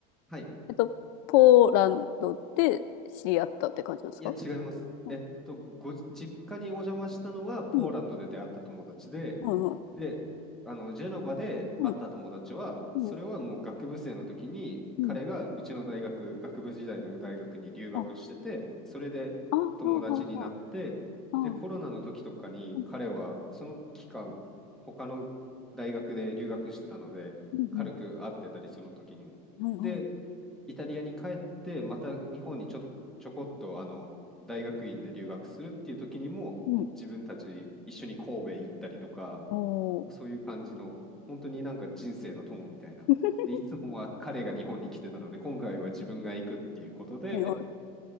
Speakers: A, in the centre; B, on the left (about 65°).
A: はい
B: えっと、ポーランドで知り合ったって感じですか
A: いや、違います。
B: うん、
A: えっと、ご実家にお邪魔したのは、ポーランドで出会った友達で、
B: うん、はいはい
A: で、あの、ジェノバで会った友達は、
B: うん、うん、
A: それはもう学部生の時に、
B: うん。
A: 彼がうちの大学、学部時代の大学に留学してて、
B: あ、あ
A: それで友達になって、
B: あ、ああ、ああ、
A: で、コロナの時とかに、
B: うん、
A: 彼はその期間、他の大学で留学してたので、
B: うん、
A: 軽く会ってたり、その時にも。
B: うん、はいはい。
A: で、イタリアに帰って、また日本にちょっと、ちょこっとあの大学院で留学するっていう時にも、
B: うん、
A: 自分たち一緒に神戸行ったりとか、
B: おー。
A: そういう感じの、本当になんか人生の友みたいな。
B: <laughs>
A: で、いつもは彼が日本に来てたので、今回は自分が行くっていうことで、
B: はいはい